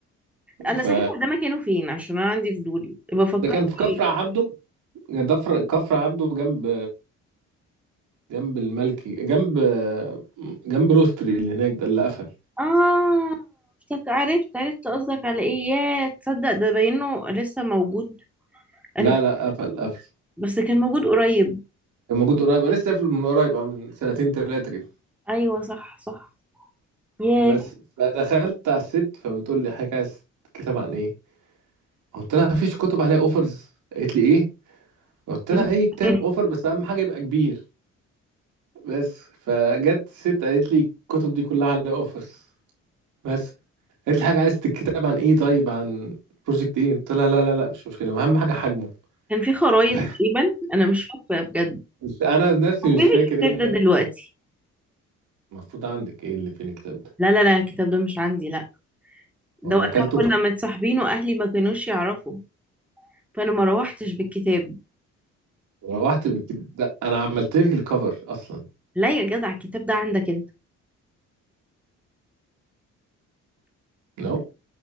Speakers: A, in the centre; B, on the right.
A: الله
B: ف
A: صحيح هو ده مكانه فين عشان انا عندي فضول بفكر
B: ده كان في
A: فيه
B: كفر عبده دفر كفر عبده جنب جنب الملكي جنب جنب روستري اللي هناك ده اللي قفل
A: اه افتك عرفت عرفت قصدك على ايه يا تصدق ده باينه لسه موجود
B: لا
A: انا
B: لا قفل قفل
A: بس كان موجود قريب
B: كان موجود قريب انا لسه قافل من قريب آه، من سنتين ثلاثه كده
A: ايوه صح صح ياه
B: بس فدخلت على الست فبتقول لي حضرتك عايز كتاب عن ايه قلت لها مفيش كتب عليها اوفرز قالت لي ايه قلت لها
A: <laughs>
B: اي كتاب اوفر بس اهم حاجه يبقى كبير بس فجت ست قالت لي الكتب دي كلها على اوفرز بس قالت لي حاجه عايز الكتاب عن ايه طيب عن بروجكت ايه قلت لها لا لا لا مش مشكله اهم حاجه حجمه
A: كان في خرايط
B: <laughs>
A: تقريبا انا مش فاكره بجد
B: بس انا نفسي
A: هو فين
B: مش فاكر
A: الكتاب
B: ايه ده
A: ده دلوقتي
B: المفروض عندك ايه اللي فين الكتاب ده
A: لا لا لا الكتاب ده مش عندي لا
B: وانا
A: ده وقتها
B: اكلته
A: كنا متصاحبين واهلي ما كانوش يعرفوا فانا ما روحتش بالكتاب
B: روحت بالكتاب ده انا عملت لك الكفر اصلا
A: لا يا جدع الكتاب ده عندك انت
B: نو